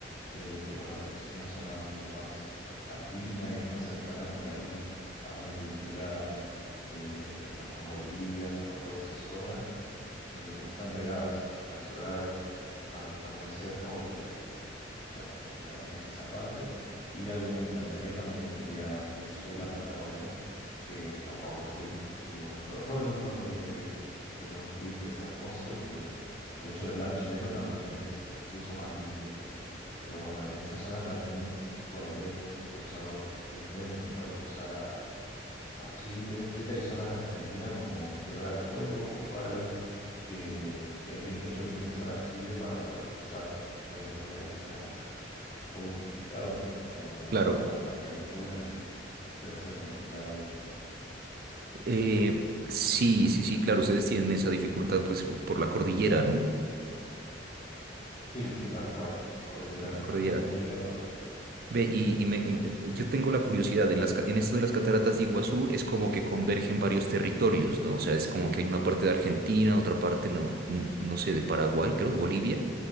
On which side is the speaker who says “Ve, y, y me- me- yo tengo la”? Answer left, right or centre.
Right